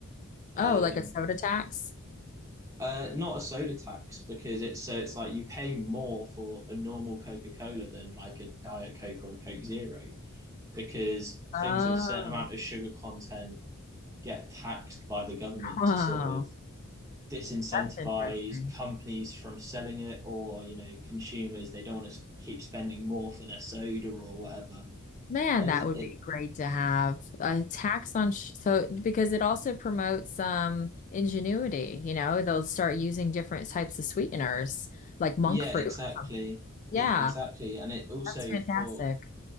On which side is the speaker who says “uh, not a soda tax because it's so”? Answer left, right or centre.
Right